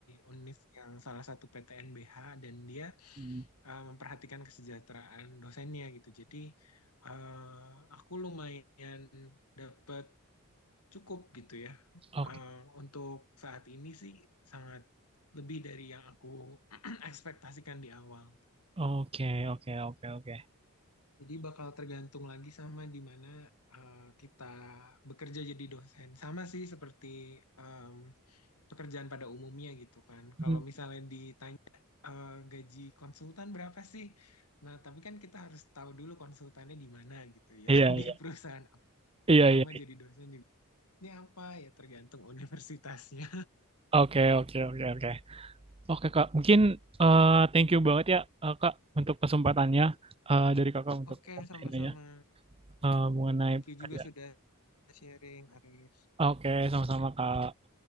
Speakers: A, on the left; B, on the right.
A: UNIF yang salah satu PTNBH dan dia
B: Hmm.
A: eh, memperhatikan kesejahteraan dosennya gitu. Jadi eh, aku lumayan dapat cukup gitu ya.
B: Oke.
A: Eh, untuk saat ini sih sangat lebih dari yang aku <clears throat> ekspektasikan di awal.
B: Oke, oke, oke, oke.
A: Jadi bakal tergantung lagi sama di mana eh, kita bekerja jadi dosen. Sama sih seperti em, pekerjaan pada umumnya gitu kan. Kalau
B: Hmm.
A: misalnya ditanya eh, gaji konsultan berapa sih? Nah, tapi kan kita harus tahu dulu konsultannya di mana gitu ya.
B: Iya,
A: <laughs> Di
B: iya.
A: perusahaan apa
B: Iya,
A: sama
B: iya.
A: jadi dosen juga. Ini apa ya tergantung <laughs> universitasnya.
B: Oke, oke, oke, oke. Oke, Kak. Mungkin eh, thank you banget ya, eh, Kak, untuk kesempatannya eh, dari Kakak untuk
A: Oke,
B: ngobrolnya.
A: sama-sama.
B: eh, mengenai
A: Thank
B: pekerja-
A: you juga sudah sharing, Arif.
B: Oke, sama-sama Kak.